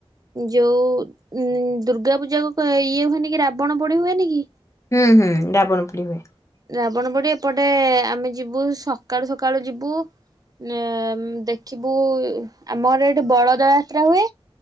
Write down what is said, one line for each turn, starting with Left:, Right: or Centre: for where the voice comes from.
Right: ଯୋଉ ଉ ଦୁର୍ଗା ପୂଜା କ ଇଏ ହୁଏନି କି ରାବଣ ପଡି ହୁଏନି କି?
Left: ହୁଁ ହୁଁ ଡାବଣ ପୋଡି ହୁଏ।
Right: ରାବଣ ବୋଡି ଏପଟେ ଆମେ ଯିବୁ ସକାଳୁ ସକାଳୁ ଯିବୁ। ଉ ଦେଖିବୁ ଆମର ଏଠି ବଳଦ ଯାତ୍ରା ହୁଏ।